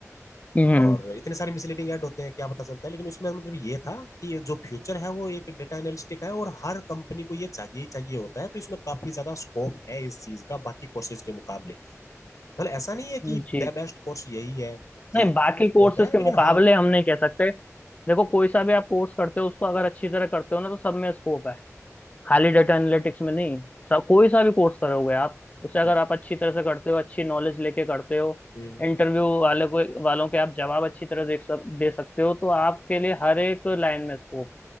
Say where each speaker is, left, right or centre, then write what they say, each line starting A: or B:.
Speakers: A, on the left; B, on the left.
A: हम्म
B: और इतने सारे मिसलीडिंग ऐड होते हैं क्या पता चलता है लेकिन उसमें मतलब ये था कि जो फ्यूचर है वो एक डेटा एनालिस्टिक है और हर कंपनी को ये चाहिए ही चाहिए होता है तो इसमें काफी ज्यादा स्कोप है इस चीज का बाकी कोर्सेज के मुकाबले मतलब ऐसा नहीं है कि
A: जी
B: द बेस्ट कोर्स यही है कि
A: नहीं
B: इसी
A: बाकी
B: में स्कोप
A: कोर्सेज
B: है
A: के
B: लेकिन
A: मुकाबले
B: हाँ
A: हम नहीं कह सकते देखो कोई सा भी आप कोर्स करते हो उसको अगर अच्छी तरह करते हो ना तो सब में स्कोप है खाली डेटा एनालिटिक्स में नहीं सब कोई सा भी कोर्स करोगे आप उसे अगर
B: हम्म,
A: आप अच्छी तरह से करते हो अच्छी नॉलेज लेके करते हो
B: हम्म,
A: इंटरव्यू वाले को वालों के आप जवाब अच्छी तरह देख सक, दे सकते हो तो आपके लिए हर एक लाइन में स्कोप